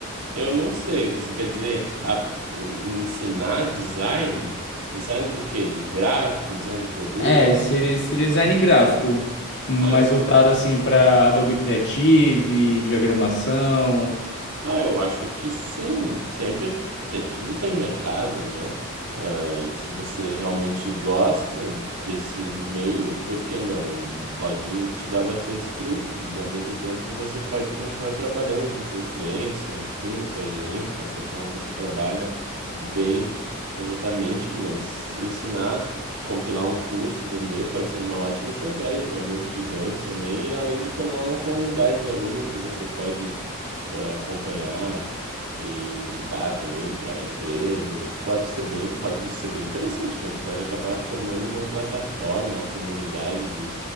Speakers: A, on the right; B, on the left.
A: Eu não sei, você quer dizer a- ensinar design? Design do quê? De gráfico, design de produto?
B: É, seria, esse design gráfico, mais
A: Ah, ensinar.
B: voltado assim para Adobe Creative, diagramação.
A: Ah, eu acho que sim. Sempre tem- tudo tem mercado, não? Ah, se você realmente gosta desse meio, por que não? Pode te dar bastantes frutos e ao mesmo tempo você pode continuar trabalhando para os seus clientes, ou enfim, na sua agência, não sei como você trabalha bem exatamente, mas ensinar, compilar um curso, vender pode ser uma ótima estratégia de aumento de ganhos também, e além de formar uma comunidade de alunos que você pode ah, acompanhar, e indicar também para empresas. Pode ser bem, pode ser bem interessante. Você pode acabar formando uma plataforma, uma comunidade de,